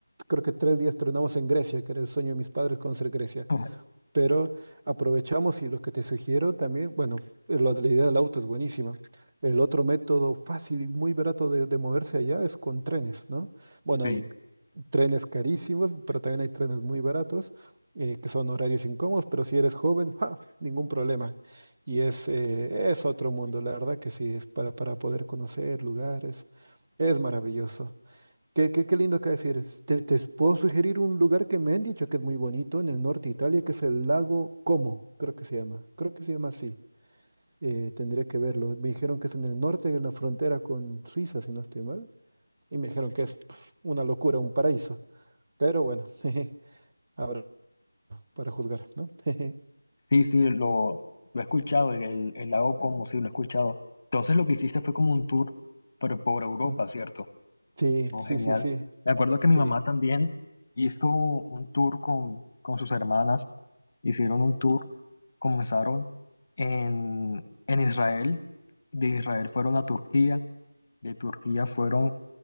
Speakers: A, on the right; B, on the left.
A: creo que tres días tronamos en Grecia, que era el sueño de mis padres conocer Grecia
B: <laughs>
A: pero aprovechamos y lo que te sugiero también, bueno, eh, lo de la idea del auto es buenísima. El otro método fácil y muy barato de, de moverse allá es con trenes, ¿no? Bueno,
B: Sí.
A: hay trenes carísimos, pero también hay trenes muy baratos, eh, que son horarios incómodos, pero si eres joven, ¡ja! ningún problema. Y es, eh, es otro mundo, la verdad que sí, es para, para poder conocer lugares, es maravilloso. Qué, qué, qué lindo acá decir. Te, te puedo sugerir un lugar que me han dicho que es muy bonito en el norte de Italia, que es el lago Como, creo que se llama. Creo que se llama así. Eh, tendría que verlo. Me dijeron que es en el norte, en la frontera con Suiza, si no estoy mal. Y me dijeron que es pf, una locura, un paraíso. Pero bueno, <laughs> jeje, ahora para juzgar, ¿no? <laughs> Jeje.
B: Sí, sí, lo, lo he escuchado, el, el, el lago Como, sí, lo he escuchado. Entonces lo que hiciste fue como un tour pero por Europa,
A: Mm,
B: ¿cierto?
A: Sí,
B: Oh,
A: sí,
B: genial.
A: sí, sí.
B: Me acuerdo que mi
A: Sí.
B: mamá también hizo un tour con, con sus hermanas, hicieron un tour, comenzaron en, en Israel, de Israel fueron a Turquía, de Turquía fueron